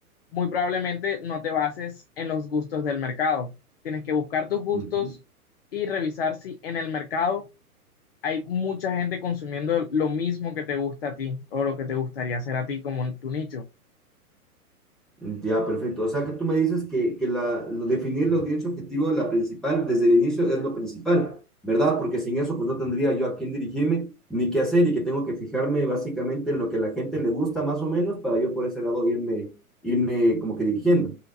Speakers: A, on the left; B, in the centre.
A: muy probablemente no te bases en los gustos del mercado. Tienes que buscar tus gustos
B: Ujú.
A: y revisar si en el mercado hay mucha gente consumiendo lo mismo que te gusta a ti o lo que te gustaría hacer a ti como tu nicho.
B: Ya, perfecto. O sea que tú me dices que, que la, lo- definir la audiencia objetivo, la principal, desde el inicio es lo principal, ¿verdad? Porque sin eso, pues no tendría yo a quién dirigirme ni qué hacer y que tengo que fijarme básicamente en lo que la gente le gusta más o menos para yo por ese lado irme, irme como que dirigiendo.